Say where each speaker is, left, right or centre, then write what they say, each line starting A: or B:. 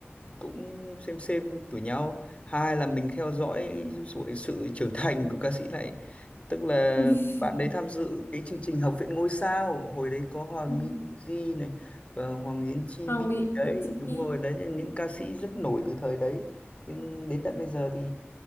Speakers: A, on the left; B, on the left.
A: cũng xem xem tuổi nhau hai là mình theo dõi sự, sự trưởng thành của ca sĩ này tức là
B: Ừ.
A: bạn đấy tham dự cái chương trình Học viện ngôi sao hồi đấy có Hòa Minzy
B: Ừ.
A: này và Hoàng Yến Chi
B: Hoàng
A: Bi
B: Mỹ
A: đấy
B: đến trên
A: đúng
B: Pi
A: rồi đấy những ca sĩ rất nổi từ thời đấy nhưng đến tận bây giờ thì